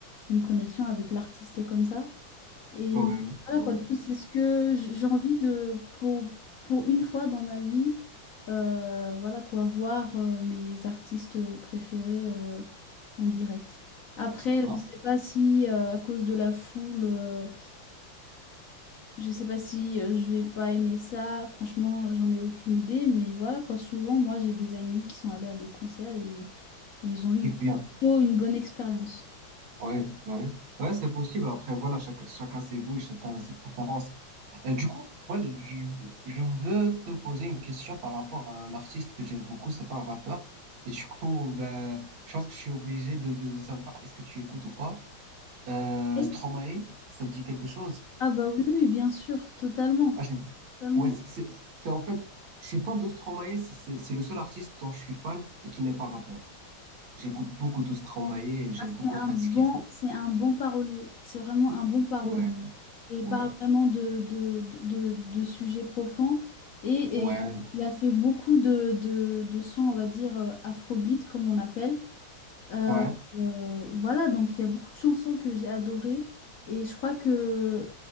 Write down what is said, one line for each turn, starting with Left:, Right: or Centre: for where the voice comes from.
Left: une connexion avec l'artiste comme ça. Et
Right: Ouais,
Left: voilà
Right: ouais.
Left: quoi, du coup, c'est ce que j- j'ai envie de, pour, pour une fois dans ma vie, euh, voilà quoi, voir euh, mes artistes préférés euh, en direct. Après,
Right: D'accord.
Left: je ne sais pas si euh, à cause de la foule, euh, je sais pas si euh, je vais pas aimer ça, franchement, j'en ai aucune idée, mais voilà quoi. Souvent, moi, j'ai des amis qui sont allés à des concerts et ils ont eu
Right: Kiffe bien.
Left: plutôt une bonne expérience.
Right: Ouais, ouais. Ouais, c'est possible. Après, voilà, chacun, chacun ses goûts, chacun ses préférences. Euh, du coup, voilà, je, je veux te poser une question par rapport à un artiste que j'aime beaucoup, c'est pas un rappeur. Et du coup, ben, je pense que je suis obligé de, de savoir est-ce que tu écoutes ou pas. Euh,
Left: Et
Right: Stromae, ça te dit quelque chose?
Left: Ah bah oui, oui, bien sûr, totalement,
Right: Ah, j'ai-
Left: totalement.
Right: ouais, c'est c'est- c'est en fait, je suis fan de Stromae, c'est c'est- c'est le seul artiste dont je suis fan et qui n'est pas rappeur. J'écoute beaucoup de Stromae et j'aime
Left: Ah,
Right: beaucoup
Left: c'est un
Right: en fait
Left: bon,
Right: ce qu'il fait.
Left: c'est un bon parolier, c'est vraiment un bon parolier.
Right: Ouais,
Left: Et
Right: ouais,
Left: il parle vraiment de, de, de, de- de sujets profonds et,
Right: ouais,
Left: et il a fait beaucoup de, de, de sons, on va dire, euh, afrobeat, comme on appelle. Euh,
Right: ouais,
Left: euh, voilà, donc il y a beaucoup de chansons que j'ai adorées et je crois que